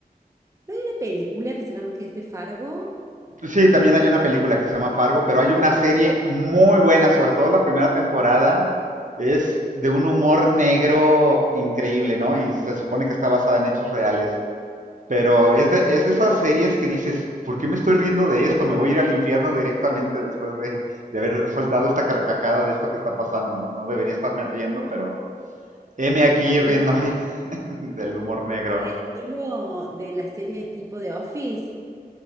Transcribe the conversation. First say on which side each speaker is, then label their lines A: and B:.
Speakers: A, on the right; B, on the right.
A: hay una película que se llama que es de Fargo,
B: Sí, también hay una película que se llama Fargo, pero hay una serie muy buena, sobre todo la primera temporada. Es de un humor negro increíble, ¿no? Y se supone que está basada en hechos reales. Pero es de, es de esas series que dices, ¿por qué me estoy riendo de esto? Me voy a ir al infierno directamente después de, de haber soltado esta carcajada de esto que está pasando, ¿no? No debería estarme riendo, pero heme aquí riéndome
A: pero
B: <laughs> del humor negro.
A: al estilo de las series tipo de Office